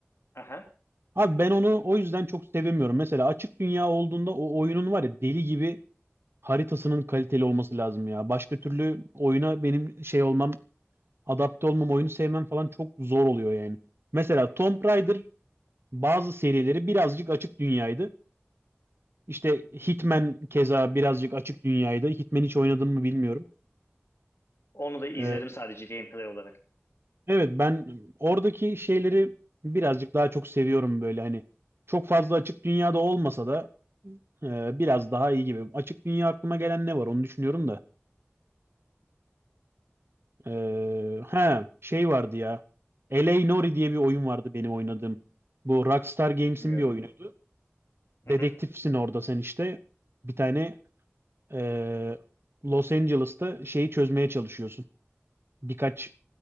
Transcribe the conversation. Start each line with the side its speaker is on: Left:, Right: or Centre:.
Left: Aha.
Right: Abi ben onu o yüzden çok sevemiyorum. Mesela açık dünya olduğunda o oyunun var ya deli gibi haritasının kaliteli olması lazım ya. Başka türlü oyuna benim şey olmam, adapte olmam, oyunu sevmem falan çok zor oluyor yani. Mesela Tomb Raider bazı serileri birazcık açık dünyaydı. İşte Hitman keza birazcık açık dünyaydı. Hitman hiç oynadım mı bilmiyorum.
Left: Onu da izledim
Right: Ee,
Left: sadece gameplay olarak.
Right: evet ben oradaki şeyleri birazcık daha çok seviyorum böyle hani. Çok fazla açık dünyada olmasa da e, biraz daha iyi gibi. Açık dünya aklıma gelen ne var onu düşünüyorum da. Ee, he, şey vardı ya. LA Noire diye bir oyun vardı benim oynadığım. Bu Rockstar Games'in
Left: Bilmiyorum.
Right: bir oyunuydu.
Left: Hı
Right: Dedektifsin
Left: hı.
Right: orada sen işte. Bir tane ee, Los Angeles'ta şeyi çözmeye çalışıyorsun. Birkaç